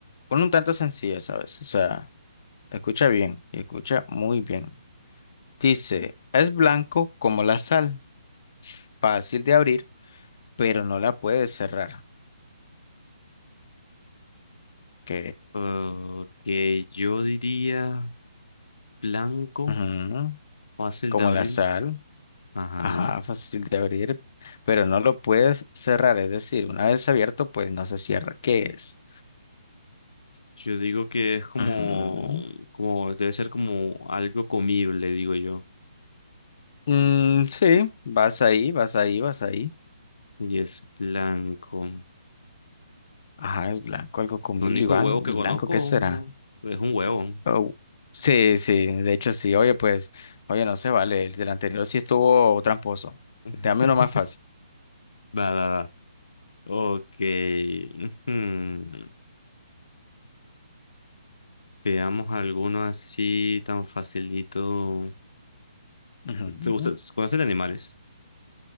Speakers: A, on the left; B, on the left.
A: una un tanto sencilla, ¿sabes? O sea, escucha bien, y escucha muy bien. Dice, es blanco como la sal, fácil de abrir, pero no la puedes cerrar. Ok,
B: Ok, yo diría blanco,
A: ujú,
B: fácil
A: Como
B: de abrir.
A: la sal.
B: Ajá.
A: Ajá, fácil de abrir, pero no lo puedes cerrar, es decir, una vez abierto, pues no se cierra. ¿Qué es?
B: Yo digo que es como,
A: Ujú.
B: como, debe ser como algo comible, digo yo.
A: Mm, sí, vas ahí, vas ahí, vas ahí.
B: Y es blanco. El
A: Ajá, es blanco, algo comible
B: único
A: y, ban-
B: huevo que
A: y
B: conozco
A: blanco, ¿qué será?
B: es un huevo.
A: Oh, sí, sí, de hecho sí, oye, pues, oye, no se vale, el del anterior sí estuvo tramposo.
B: <laughs>
A: Dame uno más fácil.
B: Va, va, va. Ok. ujú. Veamos alguno así tan facilito.
A: Ujú.
B: ¿Te gusta? ¿Conoces de animales?